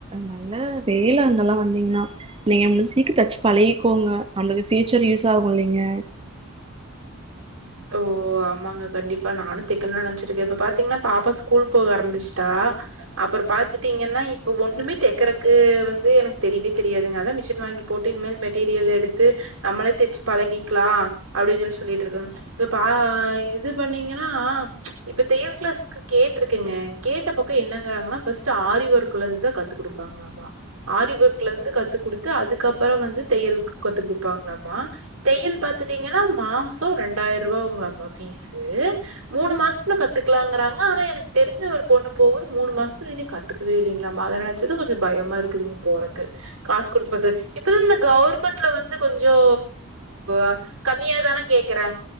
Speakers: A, on the right; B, on the right.
A: நல்ல வேலை அங்கெல்லா வந்தீங்ன்னா நீங்க முடிஞ் சீக்க தச்சு பழிக்கோங்க <unintelligible> ஃப்யுச்சர் யூஸ் ஆகும் இல்லைங்க
B: ஓ ஆமாங்க கண்டிப்பா நானு தெக்கணும்னு நெனைச்சிட்ருக்க இப்ப பாத்தீங்கன்னா பாப்பா ஸ்கூல் போக ஆரம்பிச்சுட்டா அப்புறோ பாத்துட்டீங்கன்னா இப்ப ஒண்ணுமே தெக்கறக்கு வந்து எனக்கு தெரியவே தெரியாதுங்க அதான் மிஷின் வாங்கி போட்டு இனிமேல் மெட்டீரியல் எடுத்து நம்மளே தச்சு பழகிக்கலா அப்படின்னு சொல்லி சொல்லிட்டு இருக்கோங்க ப்ப பா அ இது பண்ணீங்கன்னா இப்ப தெய்யல் கிளாஸ்க்கு கேட்ருக்கேங்க இங் கேட்ட பக்கோ என்னங்கறாங்கனா ஃபஸ்ட்டு ஆரி ஒர்க்லர்ந்தா கத்து குடுப்பாங்ளாமா ஆரி ஒர்க்லர்ந்து கத்து குடுத்து அதுக்கப்பறோ வந்து தெய்யல்க்கு கத்து குடுப்பாங்ளாமா தெய்யல் பாத்துட்டீங்கனா மாசோ ரெண் டாய்ரூவா ஆவுங்களாமா ஃபீஸ்ஸு மூனு மாஸ்த்துல கத்துக்கலாங்றாங்க ஆனா எனக்கு தெரிஞ்ச ஒரு பொண்ணு போகுது மூனு மாசத்துல இன்னி கத்துக்கவே இல்லிங்லாமா அத நெனச்சாதா கொஞ்ச பயமா இருக்குதுங் போறக்கு காஸ் குடுத்து பாத்து இப்ப தா இந்த கவுர்மண்ட்ல வந்து கொஞ்சோ ஆ கம்மியா தான கேக்கறாங் அ